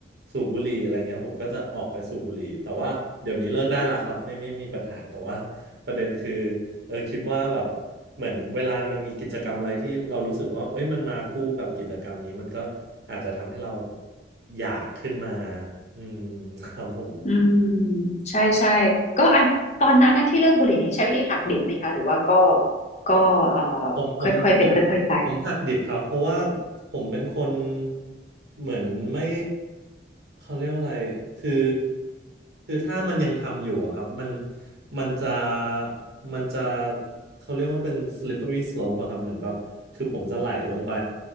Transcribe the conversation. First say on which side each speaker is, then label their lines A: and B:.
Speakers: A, on the right (about 60°); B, on the left (about 40°).
A: สูบบุหรี่อะไรเงี้ยผมก็จะออกไปสูบบุหรี่แต่ว่าเดี๋ยวนี้เลิกได้แล้วครับไม่ไม่มีปัญหาแต่ว่าประเด็นคือ เออคิดว่าแบบเหมือนเวลามันมีกิจกรรมอะไรที่เรารู้สึกว่าเอ้ยมันมาคู่กับกิจกรรมนี้มันก็อาจจะทำให้เราอยากขึ้นมาอืม <laughs> ครับผม
B: อืมใช่ใช่ก็อันตอนนั้นนะที่เลิกบุหรี่นี่ใช้วิธีหักดิบไหมคะหรือว่าก็ก็เอ่อ
A: ผมผมผม
B: ค่อยๆเป็นค่อยๆไป
A: ผมหักดิบครับเพราะว่าผมเป็นคนเหมือนไม่เขาเรียกอะไรคือคือถ้ามันยังทำอยู่อะครับมันมันจะมันจะเขาเรียกว่าเป็น slippery slope อะครับเหมือนแบบคือผมจะไหลลงไป